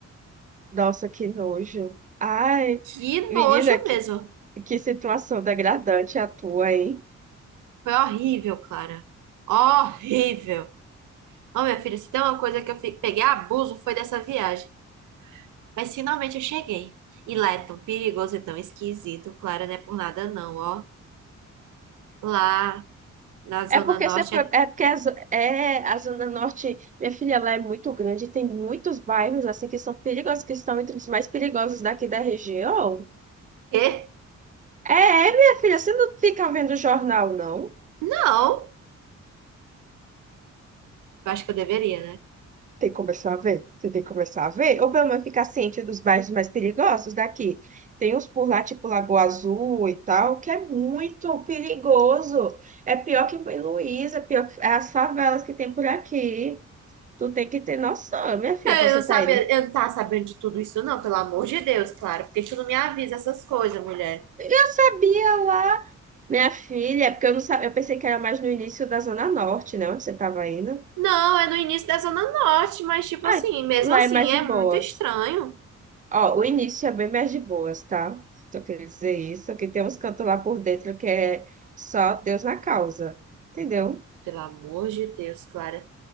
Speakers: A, on the right (about 25°); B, on the right (about 80°).
A: Nossa, que nojo. Ai,
B: Que
A: menina,
B: nojo
A: que,
B: mesmo.
A: que situação degradante a tua, hein?
B: Foi horrível, Clara. Horrível. Ô, minha filha, se tem uma coisa que eu fi- peguei abuso foi dessa viagem. Mas finalmente eu cheguei. E lá é tão perigoso e tão esquisito, Clara, não é por nada não, ó. Lá na Zona
A: É porque
B: Norte
A: você foi.
B: é...
A: É porque a, zo- é, a Zona Norte, minha filha, ela é muito grande e tem muitos bairros assim que são perigosos, que estão entre os mais perigosos daqui da região.
B: Quê?
A: É, minha filha, você não fica vendo jornal, não?
B: Não. Eu acho que eu deveria, né?
A: Tem que começar a ver. Você tem que começar a ver. Ou pelo menos ficar ciente dos bairros mais perigosos daqui. Tem uns por lá, tipo Lagoa Azul e tal, que é muito perigoso. É pior que em Luísa, é pior que é as favelas que tem por aqui. Tu tem que ter noção, minha filha, quando
B: Eu
A: você
B: não sabia,
A: tá indo.
B: eu não tava sabendo de tudo isso não, pelo amor de Deus, Clara. porque tu não me avisa essas coisas, mulher?
A: Eu sabia lá, minha filha, porque eu não sabia, eu pensei que era mais no início da Zona Norte, né? Onde você tava indo.
B: Não, é no início da Zona Norte, mas tipo
A: Ai,
B: assim, mesmo
A: lá
B: assim,
A: é mais
B: é
A: de boas.
B: muito estranho.
A: Ó, o início é bem mais de boas, tá? Só queria dizer isso, que tem uns cantos lá por dentro que é só Deus na causa, entendeu?
B: Pelo amor de Deus, Clara.